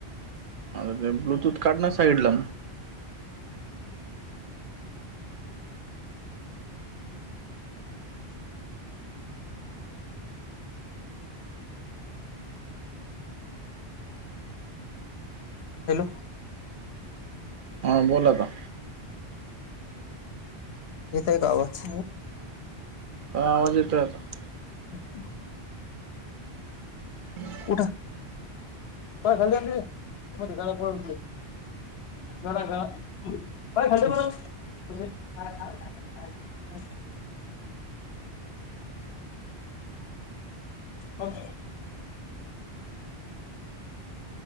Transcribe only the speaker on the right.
आता ते, ब्लूटूथ काढणा साईडला.
ह बोला आता.
हा आवाज येतोय आता.
हम्.